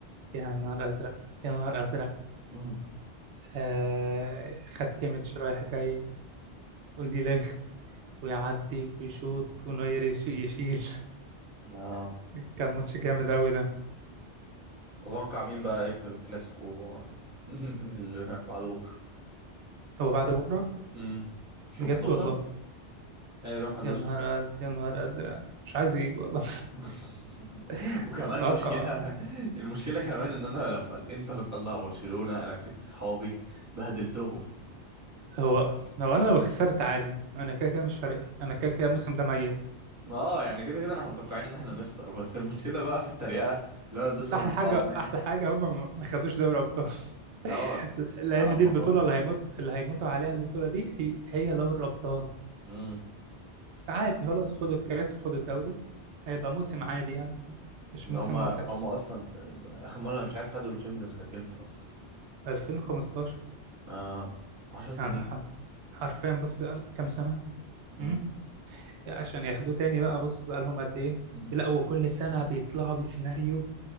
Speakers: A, on the right; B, on the right.
A: يا نهار أزرق يا نهار أزرق
B: مم.
A: آه خد كيميتش رايح جاي ودي لخت ويعدي ويشوط ونوير يش- يشيل
B: اه
A: <laughs> كان ماتش جامد أوي ده
B: تتوقع مين بقى يكسب الكلاسيكو <laughs> اللي بعد بكره
A: هو بعد بكرة
B: مم. مش
A: بجد
B: يوم 11
A: والله
B: ايوه يوم 11
A: يا نهار أز يا نهار أزرق مش عايز يجي والله
B: <laughs>
A: <laughs>
B: وكمان
A: أتوقع
B: المشكله المشكله كمان ان انا لما الانتر طلع برشلونه انا مسكت صحابي بهدلتهم
A: هو لو أنا لو خسرت عادي أنا كده كده مش فارق لي أنا كده كده الموسم ده ميت
B: اه يعني كده كده احنا متوقعين ان احنا نخسر بس المشكله بقى في التريقه اللي انا اديتهم
A: بس أحلى
B: لصحابي
A: حاجة أحلى حاجة هم ما ما خدوش دوري أبطال
B: <laughs> اه
A: <laughs> لأن
B: انا اتبسطت
A: دي البطولة اللي هيموت اللي هيموتوا عليها البطولة دي هي هي دوري الأبطال
B: مم.
A: فعادي خلاص خدوا الكاس وخدوا الدوري هيبقى موسم عادي يعني مش
B: ده
A: موسم
B: هما
A: مبهر
B: هما اصلا اخر مره أنا مش عارف خدوا الشامبيونز كانت امتى اصلا
A: 2015
B: اه 10 سنين
A: يعني ح- حرفيا بص قال- كام سنة
B: مم.
A: امم عشان ياخدوه تاني بقى بص بقى لهم قد ايه
B: <laughs>
A: لا وكل سنة بيطلعوا بسيناريو